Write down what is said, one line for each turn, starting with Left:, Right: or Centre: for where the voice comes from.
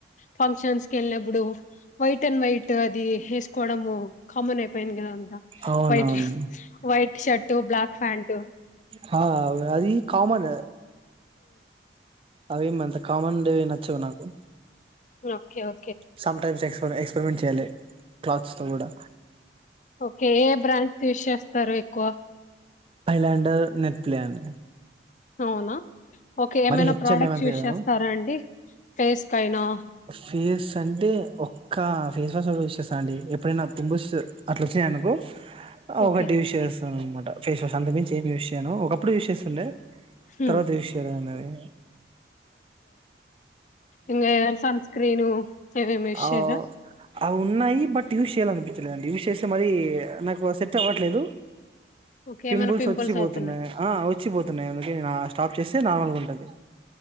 Left: ఫిన్ క్షన్ కెళ్ళినప్పుడు వైట్ అండ్ వైట్ అ అది ఏసుకోవడము కామన్ అయిపోయింది కదా అంతా
Right: అవునవును
Left: వైట్ వైట్ షర్ట్ బ్లాక్ ప్యాంట్
Right: హా అది కామన్ అవి మంత కామన్ డేవి నచ్చవు నాకు
Left: ఓకే ఓ
Right: సోమ్ టైమ్స్ ఎక్స్పెరిమెంట్ చేయాలి. క్లాత్స్ తో కూడా
Left: ఒకే బ్రాండ్స్ యూస్ చేస్తారు ఎక్కువ
Right: ఐలాండ నెట్ప్లాండ్
Left: అవునా ఓకే ఏమైనా
Right: H
Left: product
Right: and M అంతేగాను
Left: use చేస్తారా అండి ఫేస్కైనా
Right: ఫేస్ అంటే ఒక్క ఫేస్ వాష్ యూస్ చేస్ అండి ఎప్పుడైనా పింపుల్స్ అట్ల వచ్చినయి అనుకో ఆ
Left: ఓకే
Right: ఒకటి యూస్ చేస్తా అన్నమాట. ఫేస్ వాష్ అంతక్ మించి ఏం యూస్ నేను ఒకప్పుడు యూస్ చేస్తుండే
Left: హ్మ్.
Right: తర్వాత యూస్ చేయలే అన్నది.
Left: ఇంకా ఏమైనా సన్ స్క్రీను అవేం యూస్
Right: ఆ
Left: చేయరా.
Right: అవి ఉన్నాయి బట్ యూస్ చేయాలనిపించలేదండి యూస్ చేస్ మరీ నాకు సెట్ అవ్వట్లేదు
Left: ఓకే
Right: పింపుల్స్
Left: ఏమైనా
Right: వచ్చిపోతున్నాయి
Left: అవుతున్నాయి
Right: ఆ వచ్చిపోతున్నాయి అందుకే నేన్ ఆ స్టాప్ చేస్తే నార్మల్గా ఉంటది.